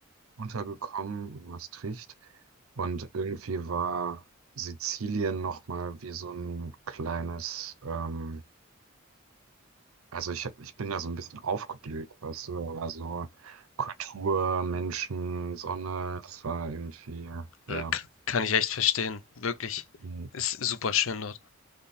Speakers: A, on the right (about 85°); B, on the left (about 70°).
A: untergekommen, in Maastricht. Und irgendwie war Sizilien nochmal wie so ein kleines, ähm, also ich, hab- ich bin da so ein bisschen aufgeblüht, weißt du, aber so Kultur, Menschen, Sonne, das war irgendwie, ja,
B: Äh, k- Kann ich echt verstehen. Wirklich.
A: mm,
B: Ist super schön dort.